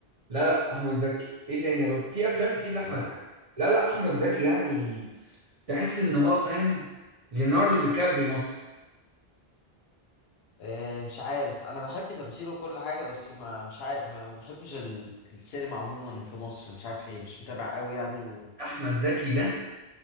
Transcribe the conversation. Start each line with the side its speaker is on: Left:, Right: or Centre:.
Right: لا لا احمد زكي ايه تاني يا رب في افلام كتير لاحمد
Left: لا
Right: زكي لا لا احمد زكي يعني تحس ان هو فاهم ليوناردو دي كابري مصر
Left: آه، مش عارف انا بحب تمثيله كل حاجه بس ما مش عارف ما بحبش ال- السينما عموما في مصر مش عارف ليه مش متابع قوي يعني و
Right: احمد زكي ده